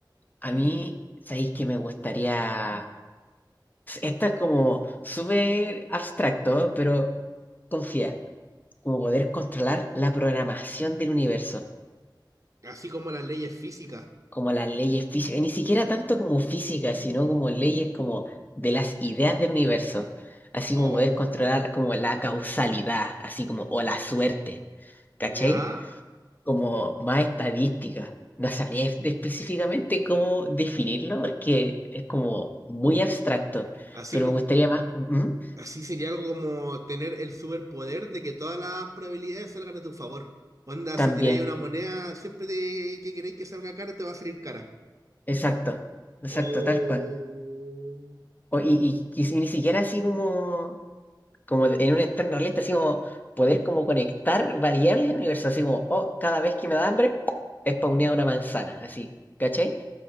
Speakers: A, on the left; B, on the right.
A: A mí, sabéis que me gustaría. Está como súper abstracto, pero confía, como poder controlar la programación del universo,
B: Así como las leyes físicas.
A: como las leyes físicas, y ni siquiera tanto como física, sino como leyes como de las ideas del universo, así
B: Oh,
A: como poder controlar como la causalidad, así como o la suerte, ¿cachai?
B: ¿ya?
A: como más estadística. No sabría es- específicamente cómo definirlo porque es como muy abstracto,
B: Así,
A: pero
B: que-
A: me gustaría más como- ¿Mm?
B: así sería algo como tener el superpoder de que todas las probabilidades salgan a tu favor. Onda,
A: También,
B: si tiráis una moneda, siempre te- que queréis que salga cara, te va a salir cara.
A: exacto, exacto,
B: Oh,
A: tal cual. O- y, y, y si- ni siquiera así como, como de- en un entorno realista, así como poder como conectar variables en el universo, así como, oh, cada vez que me da hambre, spawnea una manzana, así, ¿cachai?